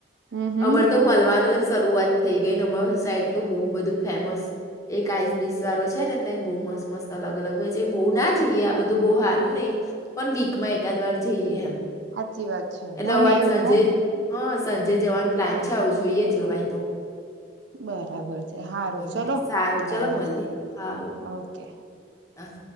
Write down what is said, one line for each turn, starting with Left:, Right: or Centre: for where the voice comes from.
Right: હમ હમ
Left: અમર તો મળવાનું જ શરૂઆત થઈ ગઈ નમર સાઈડ તો બહુ બધું ફેમસ એક આઈસ ડિશ વાળો છે ને ત બહુ મસ્ત મસ્ અલગ અલગ હોય છે બહુ ના જઈએ આ બધું બહુ હા રું નહી પણ વીકમાં એકાદ વાર જઈએ એમ
Right: હાચી વાત છે
Left: એટલે
Right: મને
Left: હવે આજ
Right: હી એવું
Left: સાંજે
Right: હ
Left: હા સાજે જવાનું પ્લાન છે આવું જોઈએ જવાય તો
Right: બરાબર હારું
Left: એટલે
Right: ચલો
Left: સારું
Right: તારે
Left: ચલો મળીએ હા
Right: ઓકે
Left: હા